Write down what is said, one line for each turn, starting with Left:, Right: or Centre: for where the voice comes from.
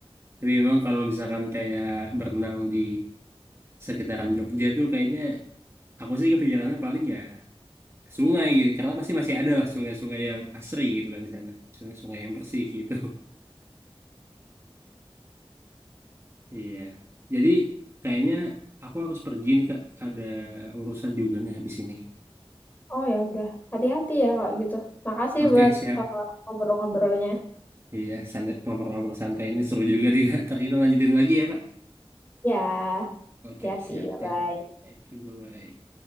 Right: tapi memang kalau misalkan kayak berenang di sekitaran Jogja tuh kayaknya aku sih kepikirannya paling ya sungai gitu. Jakarta pasti masih ada lah sungai-sungai yang asri gitu kan di sana. Sungai-sungai yang bersih gitu. <laughs> Iya. Jadi kayaknya aku harus pergi nih Kak. Ada urusan juga nih habis ini.
Left: Oh ya udah, hati-hati ya kalau gitu. Makasih
Right: Oke,
Left: buat
Right: siap.
Left: eh, ngobrol-ngobrolnya.
Right: Iya, santai, ngobrol-ngobrol santai ini seru juga nih Kak. Ntar kita lanjutin lagi ya Kak.
Left: Ya,
Right: Oke,
Left: hati-hati,
Right: siap.
Left: bye-bye.
Right: Thank, thank you. Bye-bye.